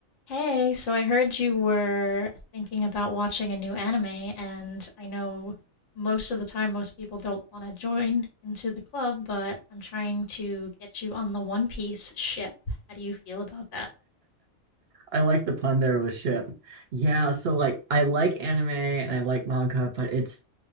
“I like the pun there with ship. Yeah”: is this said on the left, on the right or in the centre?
Right